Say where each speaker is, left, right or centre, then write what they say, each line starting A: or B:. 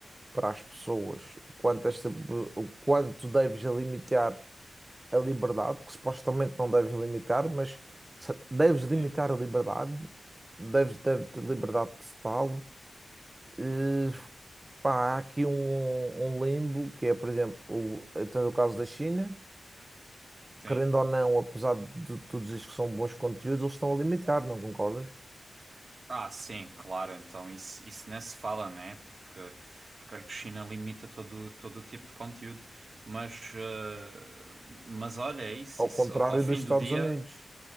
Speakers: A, on the right; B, on the right.
A: para as pessoas, o quanto, esta, o quanto deves limitar a liberdade, que supostamente não deves limitar, mas se- deves limitar
B: sim,
A: a liberdade, deves, deves ter liberdade total. Eh, pá, há aqui um, um limbo que é, por exemplo, o, então, no caso da China,
B: sim.
A: querendo ou não, apesar de tu dizes que são bons conteúdos, eles estão a limitar, não concordas?
B: Ah, sim, claro, então isso, isso nem se fala, né? Porque, porque a China limita todo, todo o tipo de conteúdo. Mas, eh, mas olha, é isso,
A: Ao
B: isso.
A: contrário
B: Ao fim
A: dos Estados
B: do dia.
A: Unidos,